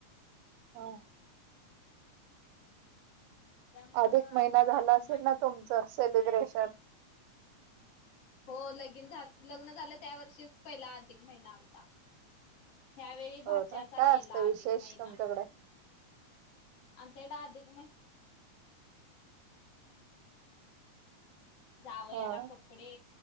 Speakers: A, on the right; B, on the left.
A: हो
B: त्यामुळं
A: अधिक
B: आता
A: महिना
B: नाही
A: झाला असेल
B: माहित.
A: ना तुमचं सेलिब्रेशन
B: हो लगीन झा लग्न झालं त्या वर्षीच पहिला अधिक महिना आलता या वेळी भाच्या्याचा
A: हो ना काय
B: केला
A: असतं
B: अधिक
A: विशेष
B: महिना
A: तुमच्याकडे
B: आमच्या कडे अधिक जावयाला
A: हा
B: कपडे